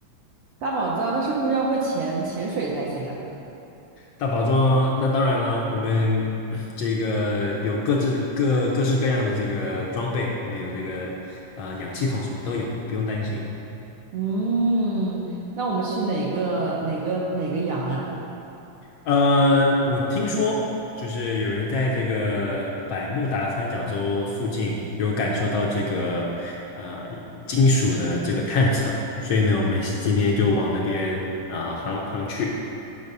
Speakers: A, on the right; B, on the left.
A: 大宝藏，那是不是要会潜潜水才行啊？
B: 大宝藏，那当然了，我们 <clears throat> 这个有各自各各式各样的这个装备，我们有这个呃氧气筒，什么都有，你不用担心。
A: 嗯，那我们去哪个哪个哪个洋啊？
B: 呃，我听说就是有人在这个百慕达三角洲附近有感受到这个呃金属的这个探测，所以呢，我们今天就往那边啊、呃航航去